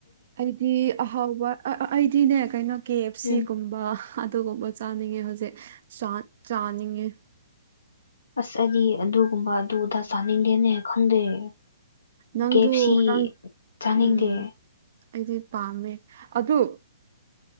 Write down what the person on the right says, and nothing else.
ꯑꯩꯗꯤ ꯑꯍꯥꯎꯕ ꯑꯩꯗꯤꯅꯦ ꯀꯩꯅꯣ ꯀꯦ ꯑꯦꯐ ꯁꯤꯒꯨꯝꯕ
ꯑꯗꯨꯒꯨꯝꯕ ꯆꯥꯅꯤꯡꯉꯦ ꯍꯧꯖꯤꯛ ꯆꯥꯅꯤꯡꯉꯦ
ꯅꯪꯗꯨ
ꯅꯪ
ꯎꯝ ꯑꯩꯗꯤ ꯄꯥꯝꯃꯦ ꯑꯗꯨ